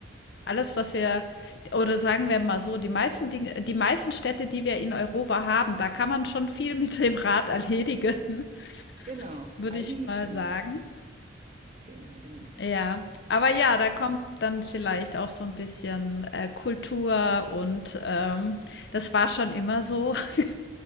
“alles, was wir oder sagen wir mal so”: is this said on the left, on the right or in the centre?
Left